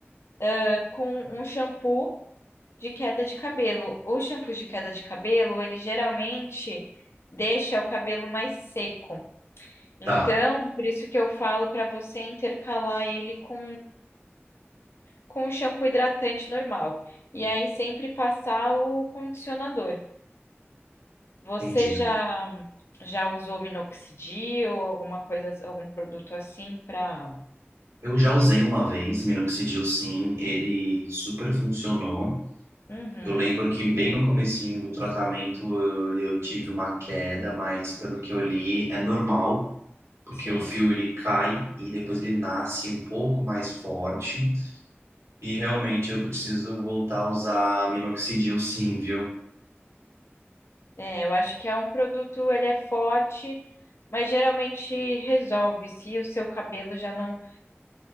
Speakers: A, on the left; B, on the right.
A: ah, com um shampoo de queda de cabelo. O shampoo de queda de cabelo, ele geralmente deixa o cabelo mais seco. Então,
B: Tá,
A: por isso que eu falo para você intercalar ele com com o shampoo hidratante normal. E aí sempre passar o condicionador. Você
B: entendi.
A: já já usou minoxidil ou alguma coisa, algum produto assim para?
B: Eu já usei uma vez, minoxidil sim, ele super funcionou.
A: Uhum,
B: Eu lembro que bem no comecinho do tratamento eu, eu tive uma queda, mas pelo que eu li é normal, porque
A: sim.
B: o fio ele cai e depois ele nasce um pouco mais forte. E realmente eu preciso voltar a usar minoxidil sim, viu?
A: É, eu acho que é um produto, ele é forte, mas geralmente resolve se o seu cabelo já não,